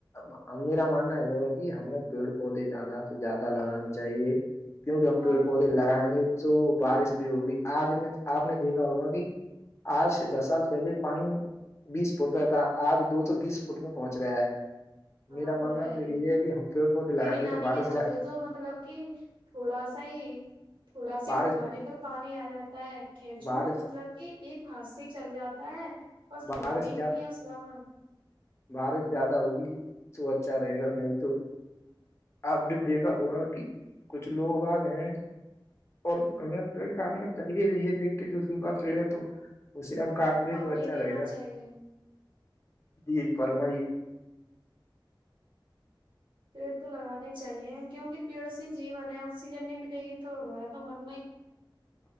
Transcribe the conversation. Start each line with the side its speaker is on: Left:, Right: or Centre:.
Left: ب میرا ماننا یہ ہے کہ ہمیں پیڑ پودے زیادہ سے زیادہ لگانے چاہیے کیونکہ ہم
Right: ہاں
Left: پیڑ پودے لگائیں گے تو بارش بھی ہوگی آج نے آپ نے دیکھا ہوگا کہ آج دس سال پہلے پانی بیس فٹ پ تھا آج دو سو بیس فٹ میں پہنچ گیا ہے
Right: ہاں
Left: میرا
Right: وہ
Left: ماننا
Right: تو ہے ہی
Left: یہ کہ ہم پیڑ پودے لگائیں
Right: میری
Left: گے
Right: نانی
Left: تو بارش
Right: کے ناتتے
Left: جا
Right: تو مطلب کہ تھوڑا سا ہی تھوڑا
Left: بارش
Right: سا کھدوانے پر پانی آ جاتا ہے کھینچو
Left: بارش
Right: مطلب کہ ایک ہاتھ سے چل جاتا ہے اور
Left: بارش
Right: سمر بھی
Left: جا
Right: نہیں ہے اس کا ہ
Left: بارش زیادہ ہوگی تو اچھا رہے گا نہیں تو آپ نے دیکھا ہوا کہ کچھ لوگ آ گئے ہیں اور ہمیں پیڑ کادنا چاہیے یہ دیک کے جو سوکھا پیڑ ہے تو اسے ہم کاٹ ل
Right: پانی
Left: تو اچھا
Right: دینا
Left: رہے گا
Right: چاہیے
Left: جی فرمائیے
Right: پیڑ تو لگانے چاہیے کیونک پیڑ سے جیون ہے آکسیجن نہیں ملے گی تو ہمارا تو من